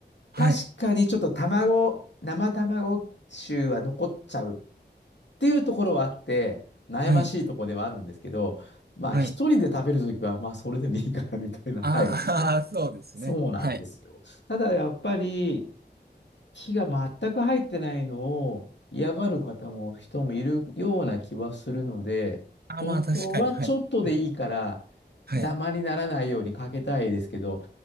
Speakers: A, on the right; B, on the left.
A: はい。
B: 確かにちょっと卵、生卵臭は残っちゃうっていうところはあって、悩ましいところではあるんですけど、
A: はい。
B: まあ一人で食べるときは、
A: はい。
B: まあそれでもいいかなみたいな。
A: ああ、
B: はい。
A: そうですね。
B: そうなんですよ。
A: はい。
B: ただやっぱり、火が全く入ってないのを嫌がる方も人もいるような気はするので、
A: あー、
B: 本当はちょっとでいいから、
A: まあ確かに。はい。はい。はい。
B: ダマにならないようにかけたいですけど、